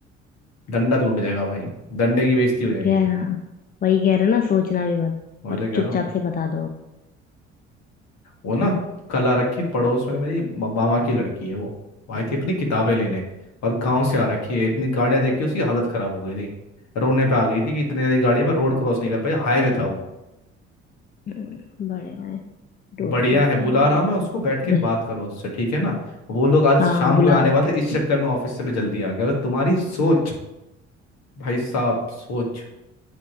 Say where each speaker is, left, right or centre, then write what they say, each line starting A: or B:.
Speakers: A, on the left; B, on the left.
A: डंडा टूट जाएगा भाई डंडे की बेइज्जती हो जाएगी
B: क्या है ना, वही कह रहे ना सोचना भी मत
A: मैं
B: और
A: तो कह
B: चुपचाप
A: रहा हूँ
B: से बता दो अब
A: वो ना कला रखी पड़ोस में मेरी मा- मामा की लड़की है वो वो आई थी अपनी किताबें लेने और गांव से आ रखी है इतनी गाड़ियां देख के उसकी हालत खराब हो गई थी रोने पे आ गई थी कि इतनी ज्यादा गाड़ियां में रोड क्रॉस नहीं कर पाई हाईवे था वो।
B: हम्म, बढ़िया है रोड
A: बढ़िया
B: क्रॉस
A: है बुला
B: करवा देंगे
A: रहा हूँ मैं उसको बैठ के बात
B: ग-
A: करो उससे ठीक है ना वो लोग आज
B: हाँ
A: शाम
B: बुलाओ
A: को आने वाले थे इस चक्कर में ऑफिस से मैं जल्दी आ गया अगर तुम्हारी सोच भाई साहब सोच